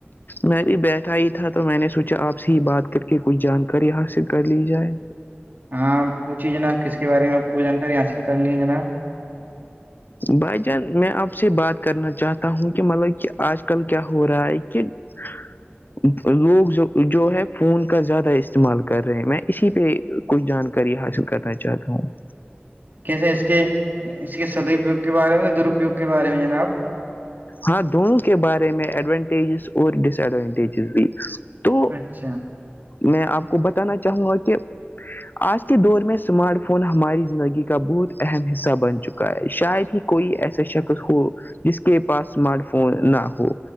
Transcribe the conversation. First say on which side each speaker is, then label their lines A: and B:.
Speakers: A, on the left; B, on the right.
A: میں بھی بیٹھا ہی تھا تو میں نے سوچا آپ سے ہی بات کر کے کچھ جانکاری حاصل کر لی جائے
B: ہاں آپ پوچھیے جناب کس کے بارے میں آپ کو جانکاری حاصل کرنی ہے جناب ج <inaudible>
A: بھائی جان میں آپ سے بات کرنا چاہتا ہوں کہ مطلب کہ آج کل کیا ہو رہا ہے کہ ہاں <unintelligible> لوگ جو ہے فون کا زیادہ استعمال کر رہے ہیں میں اسی پہ کچھ جانکاری حاصل کرنا چاہتا ہوں
B: کیسے اس کے اس کے سدپیوگ کے بارے میں درپیوگ کے بارے میں جناب
A: ہاں دونوں کے بارے میں ایڈوانٹیجز اور ڈس ایڈوانٹیجز بھی تو
B: اچھا
A: میں آپ کو بتانا چاہوں گا کہ آج کے دور میں اسمارٹ فون ہماری زندگی کا بہت اہم حصہ بن چکا ہے شاید ہی کوئی ایسا شخص ہو جس کے پاس اسمارٹ فون نہ ہو